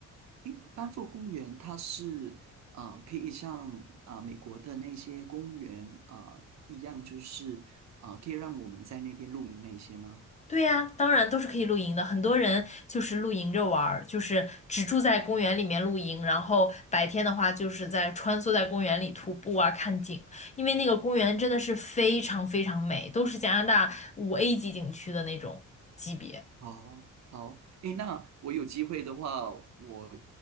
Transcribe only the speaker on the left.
对呀，当然都是可以露营的。很多人就是露营着玩儿，就是只住在公园里面露营，然后白天的话就是在穿梭在公园里徒步啊，看景。因为那个公园真的是非常非常美，都是加拿大五 A 级景区的那种级别。